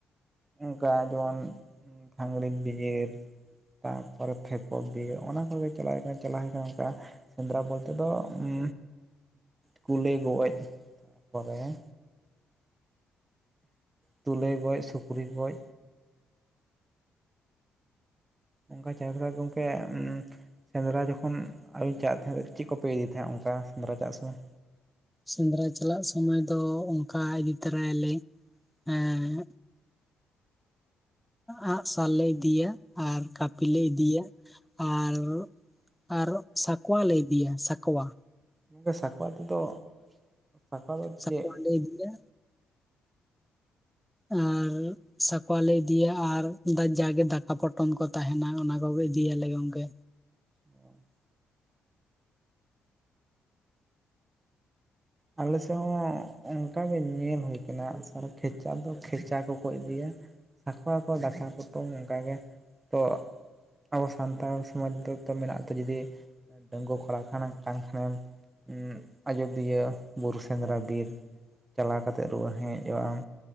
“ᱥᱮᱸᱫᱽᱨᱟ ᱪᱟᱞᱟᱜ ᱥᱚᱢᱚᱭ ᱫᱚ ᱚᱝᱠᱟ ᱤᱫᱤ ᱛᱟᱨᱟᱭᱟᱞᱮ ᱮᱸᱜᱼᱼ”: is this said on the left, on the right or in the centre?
Centre